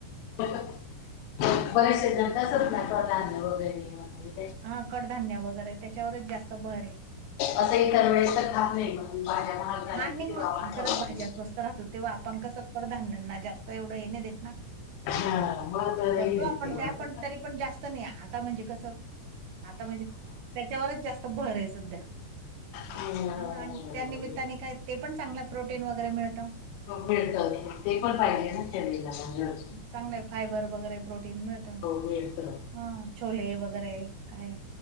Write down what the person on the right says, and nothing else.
हा कडधान्य वगैरे त्याच्यावरच जास्त भर आहे
हा नाही
मग
इतर
भाज्या स्वस्त राहतो तेव्हा आपण कसं कडधान्यांना जास्त एवढं हे नाही देत ना
करतो
आपण
त्या पण तरी पण जास्त नाही आता म्हणजे कसं आता म्हणजे त्याच्यावरच जास्त भर आहे सध्या
हा आणि त्यानमित्ताने
काय ते पण चांगलं प्रोटीन वगैरे मिळतं
चांगले फायबर वगैरे प्रोटीन मिळत
हा छोले वगैरे काय